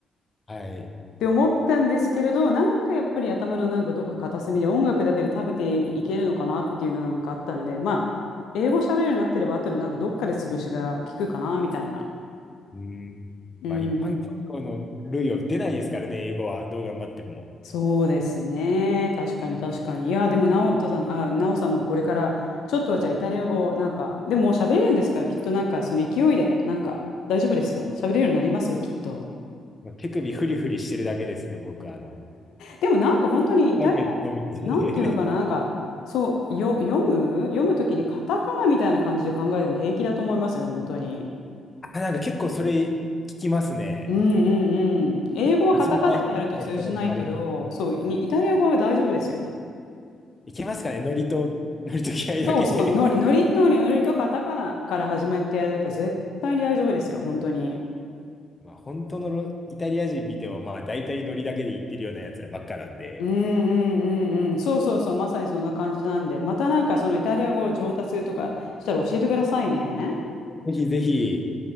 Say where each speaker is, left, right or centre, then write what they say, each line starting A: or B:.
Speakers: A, on the left; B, on the left.
A: はい。
B: って思ったんですけれど、なんかやっぱり頭のなんかどっか片隅で音楽だけで食べていけるのかなっていうのなんかあったので、まあ、英語喋れるようになってれば後でなんかどっかで潰しが効くかなみたいな。
A: うん。
B: うん。
A: まあ一般教養の類を出ないですからね、英語は。どう頑張っても。
B: そうですね。確かに確かに。いや、でも、なおとさん、あ、なおさんもこれから、ちょっとはじゃあイタリア語、なんか、でももう喋れるんですから、きっとなんかその勢いで、なんか大丈夫ですよ。喋れるようになりますよ、きっと。
A: 手首フリフリしてるだけですね、僕はあの。
B: でもなんか本当にイタリ
A: ターゲットのみ <laughs>
B: ア、なんていうのかな、なんか、そう、よ、読む読むときにカタカナみたいな感じで考えても平気だと思いますよ、本当に。
A: あ、なんか結構それ聞きますね。
B: うんうんうん。英語はカタカナでやると通じないけど、
A: アスリートしたこともあります。
B: そう、にイタリア語は大丈夫ですよ。
A: いけますかねノリと、<laughs> ノリと気合だけで。
B: そうそう、ノリ、ノリとノリとカタカナから始めてやれば絶対に大丈夫ですよ、本当に。
A: まあ、本当のロイタリア人見ても、まあ、大体ノリだけで言ってるようなやつらばっかなんで、
B: うんうんうんうん。そうそうそう、まさにそんな感じなんで、またなんかそのイタリア語を上達するとかしたら教えてくださいね。
A: ぜひぜひ、